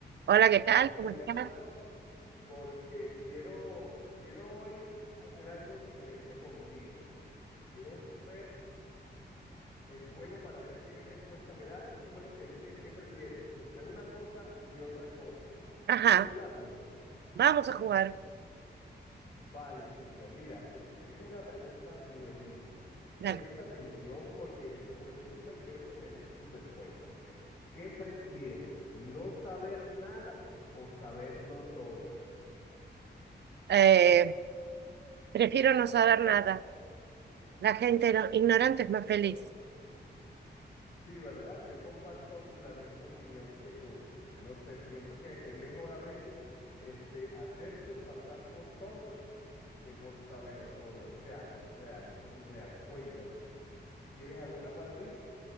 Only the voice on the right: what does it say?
Hola, ¿qué tal?
¿Cómo estás?
Ajá,
vamos a jugar.
Dale.
Eh, prefiero no saber nada. La gente no- ignorante es más feliz.